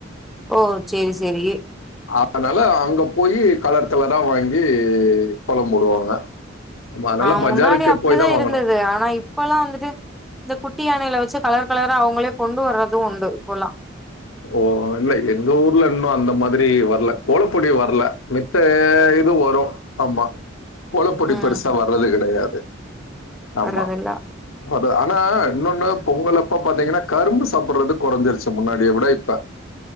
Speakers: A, in the centre; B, on the left (about 85°).
A: ஓ செரி சரி
B: அதனால அங்க போயி கலர் கலரா வாங்கி கோல போடுவாங்க நம்ம அதனால
A: ஆ
B: பஜாருக்கு
A: முன்னாடி அப்டிதா
B: போய் தா வாங்கணு
A: இருந்தது ஆனா இப் பல்லா வந்துட்டு இந்த குட்டி யானையில வச்சு கலர் கலரா அவுங்களே கொண்டு வர்றதும் உண்டு இப்போல்லா
B: ஓ இல்ல எங்க ஊர்ல இன்னு அந்த மாதிரி வரல கோலப்பொடி வரல மத்த இது வரு ஆமா கோலப்பொடி
A: ம்
B: பெருசா வர்றது கெடையாது ஆமா
A: வர்றதில்ல
B: அ ஆனா இன்னொன்னு பொங்கலப்ப பாத்தீங்கன்னா கரும்பு சாப்பிடுறது கொறஞ்சிருச்சு முன்னாடிய உட இப்ப